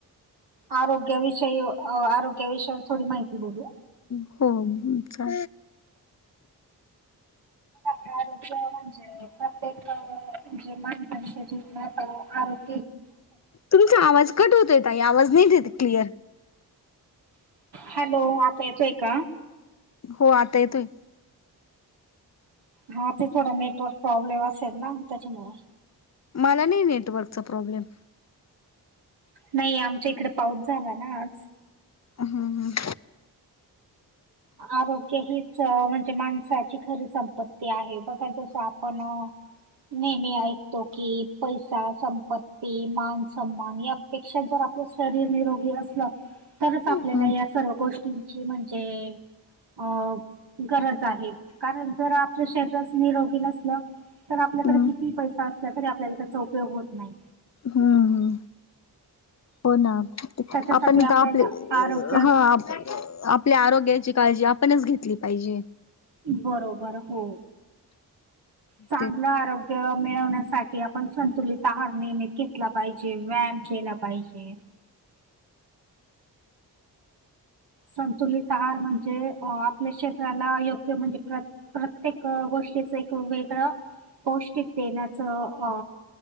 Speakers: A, on the right; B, on the left.
A: आरोग्याविषयी आरोग्याविषयावर थोडी माहिती बोलू.
B: हो चा
A: रोग म्हणजे प्रत्येक म्हणजे माणसांच्या जीवनात आरोग
B: तुमचा आवाज कट होतोय तई आवाज नाही देत क्लिअर.
A: हॅलो आता येतोय का?
B: हो आता येतोय.
A: हा ते थोडा नेटवर्क प्रॉब्लेम असेल ना त्याच्यामुळे.
B: मला नाही नेटवर्कचा प्रॉब्लेम.
A: नाही आमच्या इकडे पाऊस झाला ना आज.
B: हम हम.
A: आरोग्य हीच म्हणजे माणसाची खरी संपत्ती आहे. बघा जस आपण नेहमी ऐकतो की पैसा, संपत्ती, मान सन्मान या पेक्षा जर आपलं शरीर निरोगी असलं तरच आपल्याला
B: हम्म
A: या सर्व गोष्टींची म्हणजे अ गरज आहे कारण जर आपल्या शरी निरोग नअस तर आपल्याकडे
B: हम्म
A: किती पैसा असल्या तरी आपल्याला त्याचा उपयोग होत नाही.
B: हम्म हो ना
A: त्याच्यासाठी
B: आपण
A: आपल्याला
B: का आपले
A: आरोग्य
B: हा आपल्या आरोग्याची काळजी आपणच घेतली पाहिजे.
A: बरोबर. हो. चांगलं
B: ते
A: आरोग्य मिळवण्यासाठी आपण संतुलित आहार नियमित घेतला पाहिजे व्यायाम केला पाहिजे. संतुलित आहार म्हणजे अ आपल्या शरीराला योग्य म्हणजे प्र प्रत्येक गोष्टीच एक वेगळं पौष्टिक देण्याचं अ